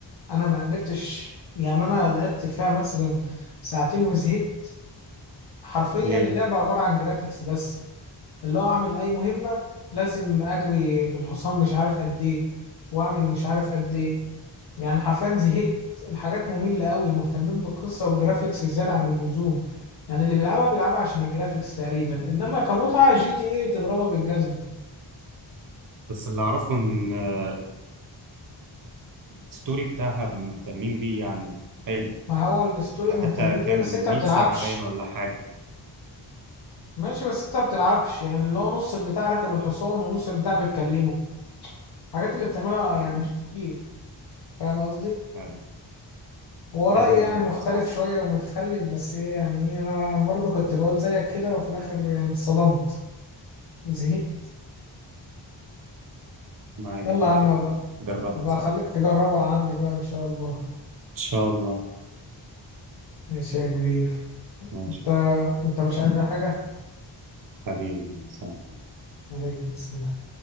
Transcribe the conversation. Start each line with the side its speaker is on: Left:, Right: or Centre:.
Left: انا ما قدرتش يعني انا لعبت فيها مثلا ساعتين وزهقت حرفيا
Right: ليه
Left: اللعبه عباره عن جرافيكس بس اللي هو اعمل اي مهمه لازم اجري بالحصان مش عارف قد ايه واعمل مش عارف قد ايه يعني حرفيا زهقت الحاجات مملة قوي مهتمين بالقصة والجرافيكس زيادة عن اللزوم يعني اللي بيلعبها بيلعبها عشان الجرافيكس تقريبا انما كمتعة جي تي ايه تضربها بالجزمة
Right: بس اللي أعرفه إن آه، الستوري بتاعها مهتمين بيه يعني حلو
Left: ما هو الستوري
Right: ده
Left: مهتمين
Right: حتى كام
Left: بيه بس انت
Right: 100
Left: بتلعبش
Right: ساعة باين ولا حاجة
Left: ماشي بس انت بتلعبش يعني اللي هو نص البتاع راكب الحصان ونص البتاع بتكلمه الحاجات اللي بتعملها يعني مش كتير فاهم قصدي
Right: عارف.
Left: هو رأيي
Right: عايز أجربها
Left: يعني مختلف
Right: بصراحة
Left: شوية ومتخلف بس ايه يعني ايه انا برضه كنت بقول زيك كده وفي الاخر يعني اتصدمت زهقت
Right: أنا عايز
Left: يلا
Right: أديها
Left: يا عم
Right: ت-
Left: بقى
Right: أجربها
Left: أبقى
Right: بصراحة
Left: أخليك
Right: إن
Left: تجربها عندي بقى إن شاء الله
Right: شاء الله
Left: ماشي يا كبير
Right: ماشي
Left: أنت أنت مش عايز حاجة؟
Right: حبيبي سلام
Left: عليكم السلام